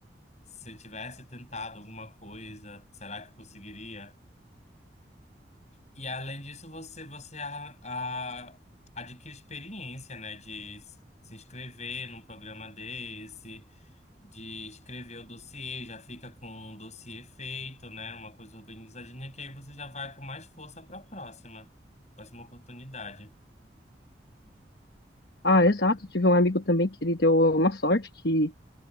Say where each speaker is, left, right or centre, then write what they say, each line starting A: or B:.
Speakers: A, on the left; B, on the left.
A: se eu tivesse tentado alguma coisa, será que conseguiria? E além disso, você, você a- a- adquire experiência, né? De s- se inscrever num programa desse, de escrever o dossiê, já fica com um dossiê feito, né? Uma coisa organizadinha, que aí você já vai com mais força para a próxima, próxima oportunidade.
B: Ah, exato. Tive um amigo também que ele deu uma sorte que